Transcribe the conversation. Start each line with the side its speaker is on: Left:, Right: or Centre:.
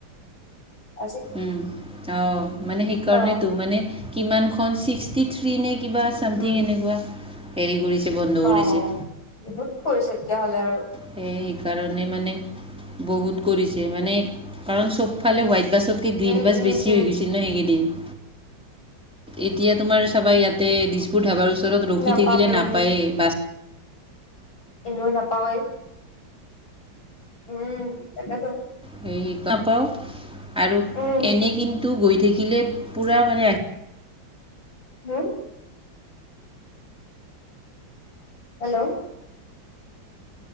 Left: আজি
Centre: উম অঁ', মানে সেইকাৰণেতো
Left: অ
Centre: মানে কিমানখন ছিক্সটি থ্ৰী নে কিবা চামথিং
Left: উম
Centre: এনেকুৱা হেৰি কৰিছে বন্ধ
Left: অ
Centre: কৰিছে।
Left: বহুত কৰিছে তেতিয়া হলে আৰু।
Centre: সেয়ে সেইকাৰণে মানে বহুত কৰিছে মানে কাৰণ চবফালে হোৱাইট বাছত তে গ্ৰীণ
Left: উম
Centre: বাছ
Left: উম
Centre: বেছি
Left: উম
Centre: হৈ গৈছিল না সেইকেইদিন। এতিয়া তোমাৰ চাবা ইয়াতে দিছপুৰ ধাবাৰ ওচৰত ৰখি
Left: নাপামেই
Centre: থাকিলে নাপায়েই
Left: আমি
Centre: বাছ।
Left: এনেও নাপাওৱেই। উম তাকেতো।
Centre: সেই নাপাওঁ আৰু
Left: উম
Centre: এনেই কিন্তু গৈ থাকিলে পোৰা মানে
Left: হম? হেল্ল'।